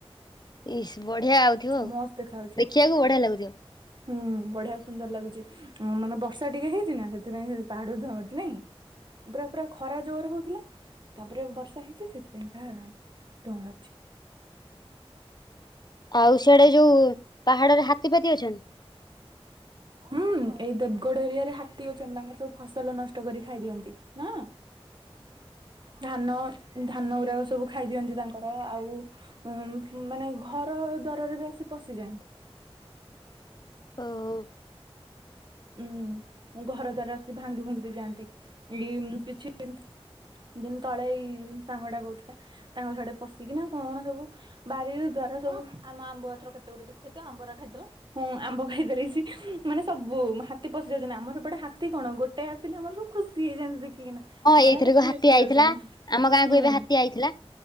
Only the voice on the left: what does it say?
ଇସ ବଢିଆ ଆଉଥିବ ଆଉ
ଦେଖିବାକୁ ବଢିଆ
ଲାଗୁଥିବ।
ଆଉ ସିଆଡେ ଯୋଉ ପାହାଡରେ ହାତୀଫାତି ଅଛନ୍ତି?
ଓହୋ।
ଏଇଥରକ
ଆଇଥିଲା
ଆମ ଗାଁକୁ
ଏବେ ହାତୀ ଆଇଥିଲା।